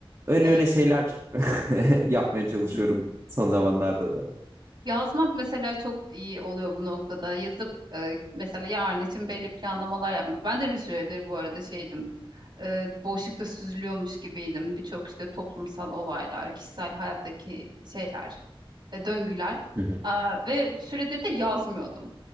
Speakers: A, on the right; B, on the right.
A: Öyle
B: evet.
A: öyle şeyler <laughs> yapmaya çalışıyorum
B: <laughs>
A: son zamanlarda da.
B: Yazmak mesela çok iyi oluyor bu noktada. Yazıp e, mesela yarın için belli planlamalar yapmak. Ben de bir süredir bu arada şeydim. e, bir boşlukta süzülüyormuş gibiydim. Birçok işte toplumsal olaylar, kişisel hayattaki şeyler, e, döngüler
A: Hı hı.
B: Aa, ve bir süredir de yazmıyordum.